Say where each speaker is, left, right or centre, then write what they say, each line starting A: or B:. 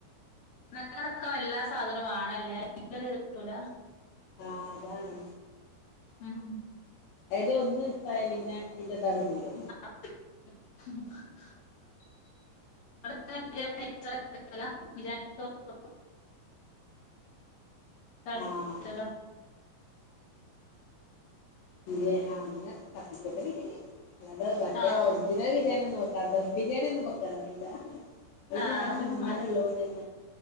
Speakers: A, on the left; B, on the left.
A: <unintelligible> എല്ലാ സാധനും വാണല്ലേ അല്ലെങ്കിലൊര്ത് ട്ടൂല
B: ആഹ് അതാണ്
A: ഉം
B: ഏതെ ഒന്ന് മിസ്റ്റായ പിന്നെ അയ്ന്റെ താണ്ട് പോവ്‌ലെ
A: <unintelligible> <unintelligible> തളി
B: ആഹ്
A: ച്ചലാ
B: ബിര്യേ ആഹ് അങ്ങെനെ തട്ടിക്കൂട്ട് ബിര്യാണ്യെക്കും അല്ലാതെ മറ്റേ
A: ആഹ്
B: ഒറിജിനൽ ബിര്യാണി ഒന്നും വെ ദം ബിരിയാണി ഒന്നും വെക്ക <unintelligible> അന്റെ
A: ആഹ്
B: നേരത്ത് ഉമ്മാര് ഒള്ള